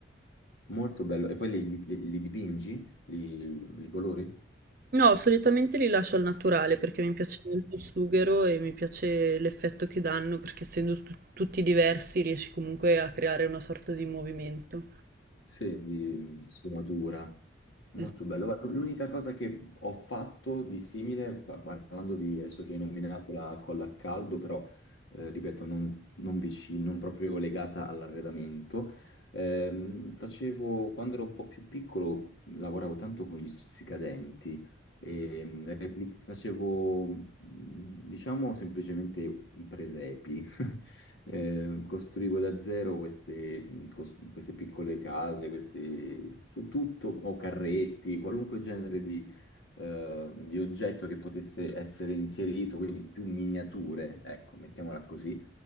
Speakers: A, on the left; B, on the right.
A: Molto bello. E poi li, li- li li dipingi? Li, li colori?
B: No, solitamente li lascio al naturale perché mi piace molto il sughero e mi piace l'effetto che danno perché essendo tu- tutti diversi riesci comunque a creare una sorta di movimento.
A: Sì, di sfumatura. Molto
B: È stato
A: bello. Guarda, L'unica cosa che ho fatto di simile, pa- parlando di adesso che hai nominato la colla a caldo, però eh, ripeto, non, non vicino, non proprio legata all'arredamento, ehm, facevo quando ero un po' più piccolo, lavoravo tanto con gli stuzzicadenti e mm, repli- facevo, mm, diciamo, semplicemente i presepi. <laughs> Eh, costruivo da zero queste, mh, cos- queste piccole case, questi, tu- tutto, o carretti, qualunque genere di, eh, di oggetto che potesse essere inserito, quindi più miniature, ecco, mettiamola così